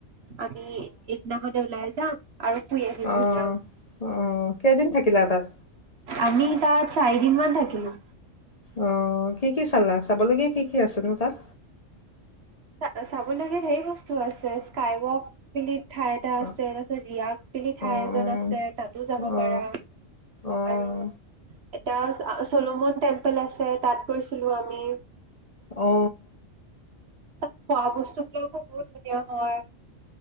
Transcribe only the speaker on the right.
আমি সেইদিনাখনে ওলাই <unintelligible> আহিম
মিজোৰাম
আমি তাত চাৰিদিন মান থাকিলো।
চা, চাবলগীয়া ধেৰ বস্তু আছে, স্কাই ৱক বুলি ঠাই এটা
আছে। তাৰপিছত ৰিয়াগ বুলি ঠাই
এজন আছে, তাতো যাব
পাৰা,
আৰু এটা, চ আ, চলোমন টেম্পল আছে, তাত গৈছিলো আমি।
এ খোৱা বস্তু কিনোতে বহুত বেছি কিয় হয়?